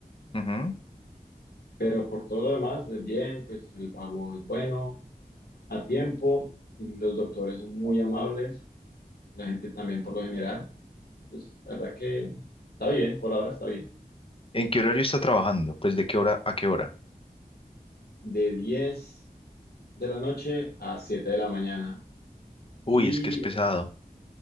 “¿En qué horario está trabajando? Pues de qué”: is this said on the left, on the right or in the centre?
Left